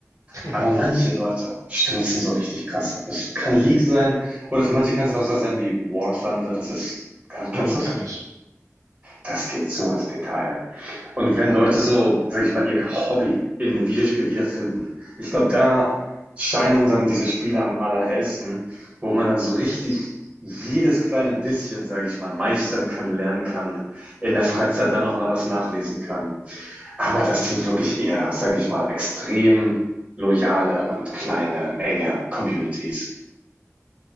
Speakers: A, on the right (about 75°); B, on the right (about 20°).
A: <laughs>
B: Aber manche Leute stürzen so richtig krass ab. Es kann League sein oder für manche kann es auch so sein wie War Thunder. Das ist, kennst
A: Jo, kenne
B: du es?
A: ich.
B: Das geht so ins Detail. Und wenn Leute so, sag ich mal, ihr Hobby in dem Videospiel wiederfinden, ich glaube, da scheinen dann diese Spiele am allerhellsten, wo man dann so richtig jedes kleine bisschen, sage ich mal, meistern kann, lernen kann, in der
A: Ja.
B: Freizeit dann auch mal was nachlesen kann. Aber das sind wirklich eher, sage ich mal, extrem loyale und kleine, enge Communities.